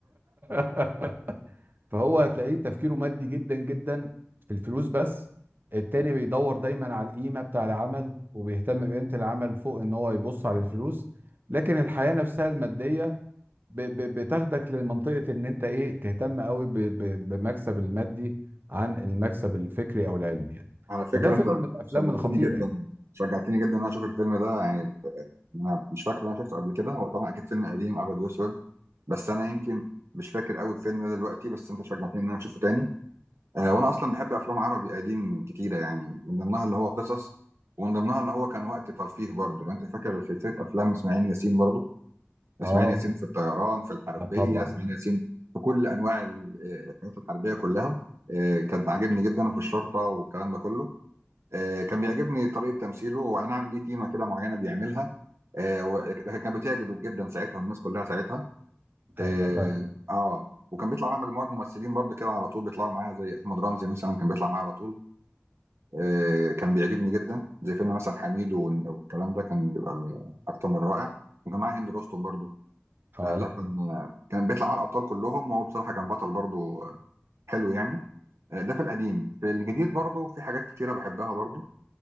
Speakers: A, on the right; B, on the right.
A: <laughs> فهو هتلاقيه تفكيره مادي جدا جدا في الفلوس بس التاني بيدور دايما على القيمة بتاع العمل وبيهتم بقيمة العمل فوق ان هو يبص على الفلوس لكن الحياة نفسها المادية ب- ب- بتاخدك لمنطقة ان انت ايه تهتم قوي ب- ب- بمكسب المادي عن المكسب الفكري او العلمي يعني.
B: على فكره
A: فده فيلم
B: انت
A: من الافلام
B: شجعتني
A: الخطيرة
B: جدا
A: يعني
B: شجعتني جدا ان انا اشوف الفيلم ده يعني انا مش فاكر ان انا شفته قبل كده هو طبعا اكيد فيلم قديم ابيض واسود بس انا يمكن مش فاكر اول فيلم ده دلوقتي بس انت شجعتني ان انا اشوفه تاني آه وانا اصلا بحب افلام عربي قديم كتيره يعني من ضمنها اللي هو قصص ومن ضمنها اللي هو كان وقت ترفيه برضه لو انت فاكر سلسله افلام اسماعيل ياسين برضه اسماعيل
A: اه
B: ياسين في الطيران في الحربيه
A: آه طبعا
B: اسماعيل ياسين في كل انواع ال- آه، الحاجات الحربيه كلها آه كان عاجبني جدا وفي الشرطه والكلام ده كله آه كان بيعجبني طريقه تمثيله واي نعم ليه تيمه كده معينه بيعملها آه و- لكن كانت بتعجب جدا ساعتها الناس كلها ساعتها اه
A: ايوه فعلا
B: آه. وكان بيطلع معايا مجموعه ممثلين برضه كده على طول بيطلعوا معايا زي احمد رمزي مثلا كان بيطلع معايا على طول آه كان بيعجبني جدا زي فيلم مثلا حميد وال- والكلام ده كان بيبقى اكتر من رائع وكان معايا هند رستم برضه فلا
A: اه
B: كان كان بيطلع معايا الابطال كلهم وهو بصراحه كان بطل برضه حلو يعني آه ده في القديم في الجديد برضه في حاجات كتيره بحبها برضه